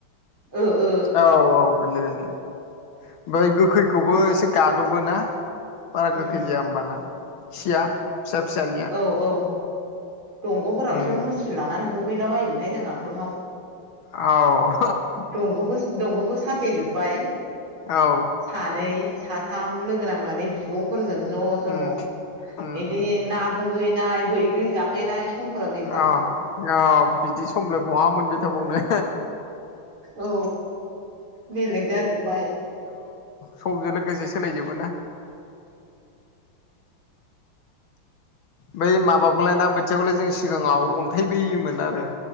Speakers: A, on the right; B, on the left.
A: ओ ओ
B: औ औ गोरलै गोरलै ओमफ्राय गोखैखौबो एसे गाद'बो ना बारा
A: उम
B: गोखै जाया होमबाना खिया फिसा फिसानिया
A: औ औ दंग'फोरावसो
B: उम
A: मुस्रि लानानै होहैला बायोमोनहाय जों आगोलाव
B: औ
A: दंगखौ दंगखौ स थेजोब्बाय
B: औ
A: सानै साथाम लोगो नांनानै बिब'फोरजों ज' ज'
B: उम उम
A: बिदि
B: उम
A: ना होहैनाय बैग्रि जाहैनाय समफोरा गैला
B: अ अ बिदि समलाय बहा मोनबाय थाबावनो
A: औ बेलेग जाजोब्बाय
B: समजों लोगोसे सोलायजोबो ना बै माबाखौलाय ना बोथियाखौलाय जों सिगाङाव अन्थाइबोयोमोन आरो